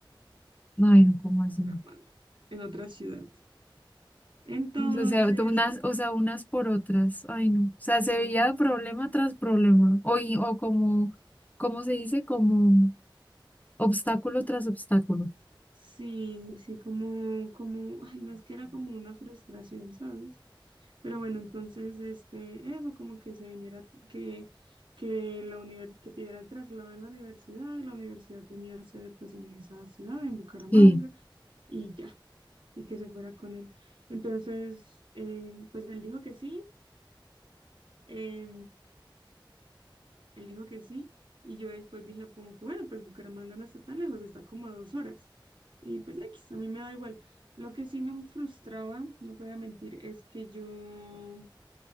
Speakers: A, on the left (about 20°); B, on the right (about 65°).
A: no, no, ¿cómo así?
B: Bucaramanga, en otra ciudad. Entonces,
A: O sea, tú unas, o sea, unas por otras. Ay, no. O sea, se veía problema tras problema. O, y- o como, ¿cómo se dice? Como obstáculo tras obstáculo.
B: Sí, sí, como, como, ay, no es que era como una frustración, ¿sabes? Pero bueno, entonces, este, eso como que se viniera, que, que la univers- que pidiera el traslado en la universidad, la universidad tenía sede pues en esa ciudad, en Bucaramanga,
A: Sí.
B: y ya, y que se fuera con él. Entonces, eh, pues él dijo que sí, eh, él dijo que sí, y yo después dije como que bueno, pues Bucaramanga no está tan lejos, está como a dos horas. Y pues X, a mí me da igual. Lo que sí me frustraba, no te voy a mentir, es que yo,